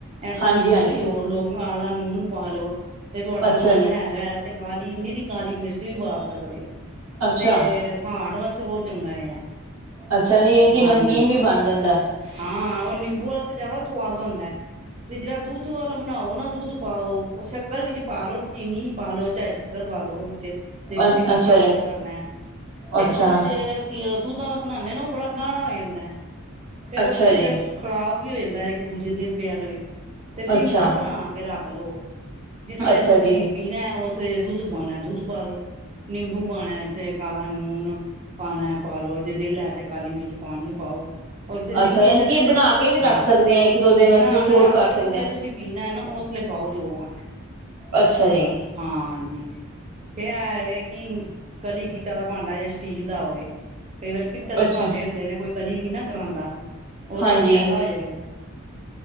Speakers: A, on the right; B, on the right.
A: ਐਸਾ
B: ਹਾਂਜੀ
A: ਨਿੰਬੂ
B: ਹਾਂਜੀ
A: ਨਚੋੜ ਲੋ ਆਲਾ ਨੂਨ ਪਾ ਲੋ। ਤੇ ਤੁਹਾਡਾ
B: ਅੱਛਾ
A: ਮਨ
B: ਜੀ
A: ਹੈਗਾ ਤੇ ਕਾਹਾਲਲੀ ਇੰਨੀਰੀ ਕਾਲੀ ਮਿਰਚ ਵੀ ਪਾ ਸਕਦੇ ਹੋ।
B: ਅੱਛਾ
A: ਤੇ ਹਾਰਟ ਵਾਸਤੇ ਬਹੁਤ ਚੰਗਾ ਏ ਆ।
B: ਅੱਛਾ ਇਹ ਕਿ ਨਮਕੀਨ
A: ਹਾਂਜੀ
B: ਵੀ ਬਣ ਜਾਂਦਾ।
A: ਹਾਂ ਉਹ ਨਿੰਬੂ ਵਾਲਾ ਤਾਂ ਜ਼ਿਆਦਾ ਸਵਾਦ ਬਣਦਾ ਹੈ। ਤੇ ਜਿਹੜਾ ਦੁੱਧ ਵਾਲਾ ਬਣਾਓ ਨਾ ਦੁੱਧ ਪਾਓ ਉਹ ਸ਼ੱਕਰ ਵਿੱਚ ਪਾ ਲੋ ਚੀਨੀ ਪਾ ਲੋ ਚਾਹੇ ਸ਼ੱਕਰ ਪਾ ਲੋ। ਜੇ
B: ਅ
A: ਤੁਸੀਂ ਮਿੱਠਾ
B: ਅੱਛਾ ਜੀ
A: ਹੋਰ ਕਰਨਾ ਹੈ। ਤੇ
B: ਅੱਛਾ
A: ਉਹ ਜੇ ਅਸੀਂ ਦੁੱਧ ਵਾਲਾ ਬਣਾਉਾਨਦੇ ਨਾ ਉਹ ਬੜਾ ਗਾਣਾ ਹੋ ਜਾਂਦਾ। ਫੇਿਰ
B: ਅੱਛਾ
A: ਉਹ ਕਿਸੇ
B: ਜੀ
A: ਵੇਲੇ ਖ਼ਰਾਬ ਵੀ ਹੋ ਜਾਂਦਾ ਇੱਕ ਦੂਜੇ ਦਿਨ ਪਿਆ ਰਵੇ। ਤੇ ਸਿੰਪਲ
B: ਅੱਛਾ
A: ਬਣਾ ਕੇ ਰੱਖ ਲਓ ਜਿਸਲਲੇ
B: ਅੱਛਾ
A: ਤੁਸੀਂ
B: ਜੀ
A: ਪੀਣਾ ਉਸ ਸਵੇਰੇ ਦੁੱਧ ਪਾਉਣਾ ਦੁੱਧ ਪਾ ਲੋ ਨਿੰਬੂ ਪਾਉਣਾ ਤੇ ਕਾਲਾ ਨੂਨ। ਪਾਣਾ ਪਾ ਲੋ ਜੇ ਦਿਲ ਲੈ ਤੇ ਕਾਲੀ ਮਿਰਚ ਪਾਣੀ ਹੈ ਪਾਓ। ਨਿੰਬੂ
B: ਅੱਛਾ ਯਾਨੀ
A: ਵਾਲੇ
B: ਕਿ
A: ਦਾ
B: ਇਹ ਬਣਾ
A: ਤੇ
B: ਕੇ ਵੀ ਰੱਖ
A: ਹਾਂ
B: ਸਕਦੇ ਆ ਇੱਕ ਦੋ ਦਿਨ
A: ਬਣਾ
B: ਅਸੀਂ ਸਟੋਰ
A: ਕੇ ਰੱਖਦੋ
B: ਕਰ
A: ਜਿਸਲਲੇ
B: ਸਕਦੇ ਆ
A: ਤੁਸੀਂ ਪੀਂਣਾ ਹੈ ਨਾ ਉਸ ਪਾਓ ਜੋ ਪਾਉਣਾ
B: ਅੱਛਾ ਜੀ
A: ਹਾਂਜੀ। ਫੇਰ ਇਹ ਹੈ ਕਿ ਕਲੀ ਕੀਤਾ ਹੋਆ ਭਾਂਡਾ ਜਾਂ ਸ਼ਟੀਲ ਦਾ ਹੋਵੇ। ਕਈ ਵਾਰੀ ਪਿੱਤਲ ਦੇ
B: ਅੱਛਾ
A: ਭਾਂਡੇ ਹੁੰਦੇ ਨੇ ਕੋਈ ਕਲੀ ਨ ਨਾ ਕਰਾਉਂਦਾ ਉਹ
B: ਹਾਂਜੀ
A: ਤੇ ਕਸਹਿਲਾ ਹੋ ਜਾਏਗਾ।